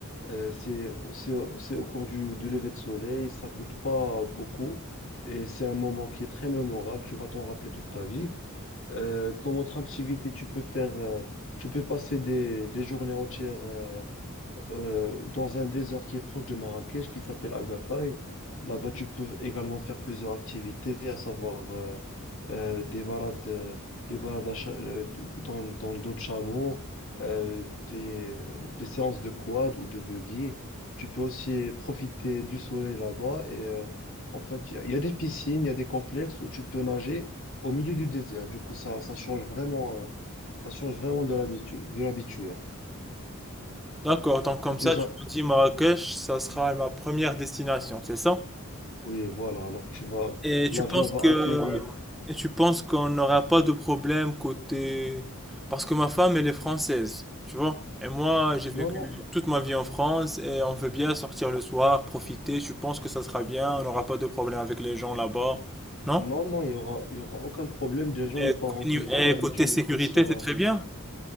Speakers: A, on the left; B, in the centre.
A: Euh, c'est, c'est, c'est au cours du, du lever de soleil, ça coûte pas beaucoup et c'est un moment qui est très mémorable, tu vas t'en rappeler toute ta vie. Euh, comme autre activité, tu peux faire, euh, tu peux passer des, des journées entières euh, euh, dans un désert qui est proche de Marrakech, qui s'appelle Agafay. Là-bas, tu peux également faire plusieurs activités, à savoir euh, euh, des balades, euh, des balades à cha- euh, de- dans, dans le dos de chameau, euh, des, euh, des séances de quad ou de buggy. Tu peux aussi profiter du soleil là-bas. Et euh, en fait, il y, a il y a des piscines, il y a des complexes où tu peux nager au milieu du désert. Du coup, ça, ça change vraiment, euh, ça change vraiment de l'habitude, de l'habituel.
B: D'accord, donc comme
A: Déjà,
B: ça, tu me dis Marrakech, ça sera ma première destination, c'est ça?
A: Oui, voilà. Alors, tu vas,
B: Et
A: l'avion
B: tu penses
A: va
B: que
A: atterrir.
B: et tu penses qu'on n'aura pas de problème côté parce que ma femme elle est française, tu vois? Et moi, j'ai vécu
A: Non, non,
B: toute ma vie en France et on veut bien sortir le soir, profiter. Tu penses que ça sera bien, on n'aura pas de problème avec les gens là-bas, non?
A: non, non, il y aura, il y aura aucun problème. Déjà,
B: Et,
A: le Maroc, il est très habitué.
B: et côté sécurité,
A: Question,
B: c'est très bien.